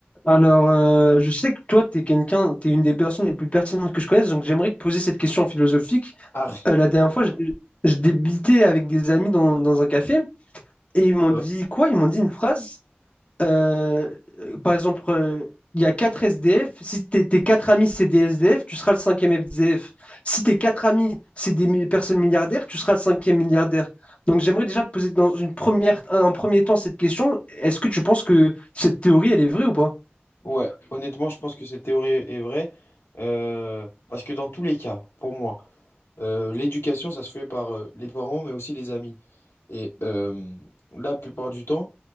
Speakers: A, on the left (about 30°); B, on the left (about 85°).
A: Alors, euh, je sais que toi, tu es quelqu'un, tu une des personnes les plus pertinentes que je connaisse, donc j'aimerais te poser cette question philosophique.
B: Ah,
A: Euh, la dernière fois, je, je débitais avec des amis dans, dans un café et ils m'ont
B: Ouais.
A: dit quoi? Ils m'ont dit une phrase. euh, euh, par exemple, euh, il y a quatre SDF. Si tes tes quatre amis, c'est des SDF, tu seras le cinquième SDF. Si tes quatre amis, c'est des mi- personnes milliardaires, tu seras le cinquième milliardaire. Donc, j'aimerais déjà te poser dans une première, un premier temps cette question. Est-ce que tu penses que cette théorie, elle est vraie ou pas?
B: Ouais, honnêtement, je pense que cette théorie est vraie. euh, parce que dans tous les cas, pour moi, euh, l'éducation, ça se fait par euh, les parents, mais aussi les amis. Et euh, la plupart du temps,